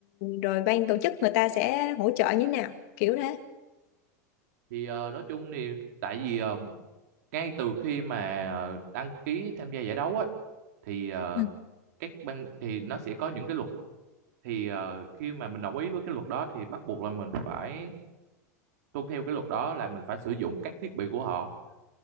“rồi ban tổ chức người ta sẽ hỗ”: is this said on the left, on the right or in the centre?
Left